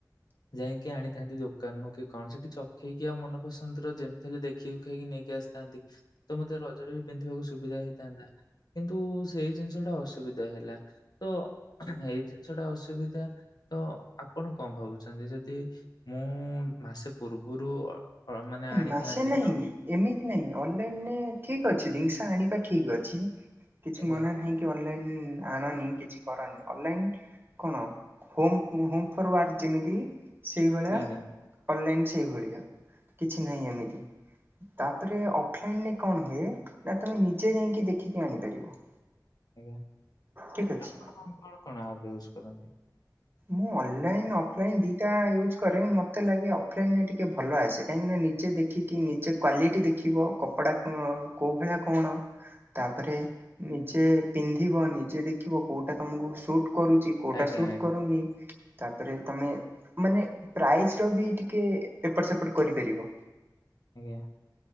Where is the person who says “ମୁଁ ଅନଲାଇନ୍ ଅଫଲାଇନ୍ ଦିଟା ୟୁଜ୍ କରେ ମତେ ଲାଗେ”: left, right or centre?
Right